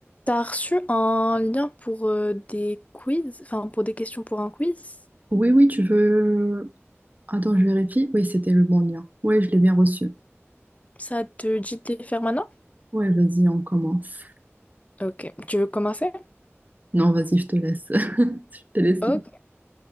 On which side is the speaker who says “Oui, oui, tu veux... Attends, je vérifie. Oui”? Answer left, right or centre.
Right